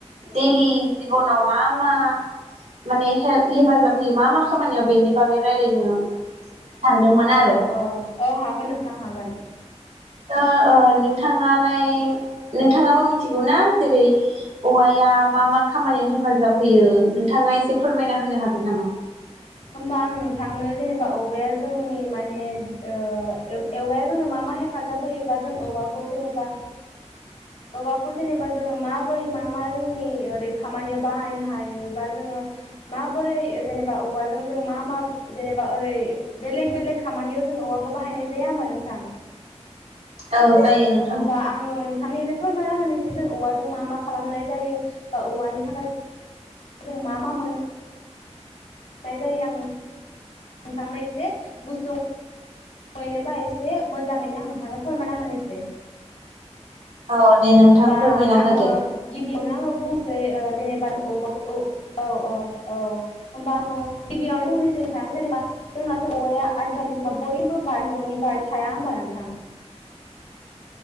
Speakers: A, on the right (about 80°); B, on the left (about 80°).
A: दैलि जिबनाव मा मा माने हे-हेफाजाब होयो मा मा खामानियाव बेनि बागै रायलायनो सानदोंमोन
B: औ
A: आरो
B: औ औ हागोन नोंथां हागोन।
A: ओ ओ नोंथाङालाय नोंथाङाबो मिथिगौ ना जेरै औवाया मा मा खामानियाव हेफाजाब होयो नोंथाङा एसे फोरमायना होनो हागोन नामा?
B: होमबा आं नोंथांनो जेनेबा औवाया जोंनि माने‌ ओ एवाया जोंनो मा मा हेफाजाब होयो बा जों औवाखौ जेनेबा औवाखौ जेनेबा जोङो माबोरै मा मा जोंनि ओरै खामानिआव‌ बाहायनो बा जोङो माबोरै जेनेबा औवाजों जों जों मा मा जेनेबा ओरै बेलेग बेलेग खामानियाव जों औवाखौ बाहायनाय जाया होनबा नोंथां?
A: औ जायो नोंथां।
B: होमबा आङो नोंथांनि फोरमायना होनोसै जों औवाजों मा मा खालामनाय जायो बा औवानि थाखाय जों मा मा मोनो नाय जायो आं नोंथांनो एसे गुसुं <unintelligible> एसे मोजाङैनो आं थांनो फोरमायना होनोसै
A: औ दे नोंथां
B: होमबा
A: फोरमायना
B: आङो
A: होदो।
B: गिबियावनो आङो बुंसै ओ जेनेबा औवा औ औ-औ औ होमबा आङो गिबियावनो बुंनोसै थां जेनेबा जोंनाथ' औवाया आजिखालि जोंना बयबो बा न'नि बारि थाया होम्बा नोंथां